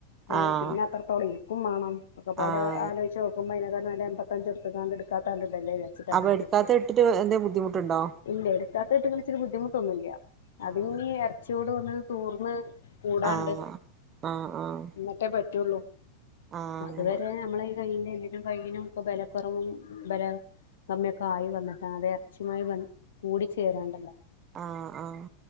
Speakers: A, on the left; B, on the right.
A: ഏ
B: ആഹ്
A: പിന്നെ, അത്രത്തോളം ഇരി ക്കും വേണം. ഒക്കെ പാടെ
B: ആഹ്
A: ആലോചിച്ച് നോക്കുമ്പോ, അയിനെക്കാളും നല്ലത് എമ്പത്തഞ്ച് കൊടുത്ത് കൊണ്ട് ക്കാത്തണ്ട് അല്ലെ അങ്ങന
B: അപ്പൊ
A: ങ്ങട്ട്
B: എടുക്കാത്ത
A: ഇട്ടെ.
B: ഇട്ടിട്ട് എന്തേലും ബുദ്ധിമുട്ടുണ്ടോ
A: ഇല്ല, എടുക്കാത്തെ ഇട്ട്ക്ക്ണ് ച്ചിട്ട് ബുദ്ധിമുട്ടൊന്നുല്ല. അതിനി
B: ആഹ്
A: ഇറച്ചി യോട് വന്ന് തൂർന്ന് കൂടാണ്ട്
B: ആഹ് ആഹ് ആഹ്
A: എന്നിട്ടേ പറ്റുള്ളൂ.
B: ആഹ് അങ്ങനെ
A: അതു വരെ നമ്മളെ, ഈ കയ്യിന്റെ എല്ലിനും കയ്യിനും ഒക്കെ, ബലക്കൊറവും ബല സമയൊക്കെ ആയി വന്നിട് വേണം. അതെ ഇറച്ചിയു മായി വന്ന് കൂടി ചേരാണ്ടല്ലോ?
B: ആഹ്, ആഹ്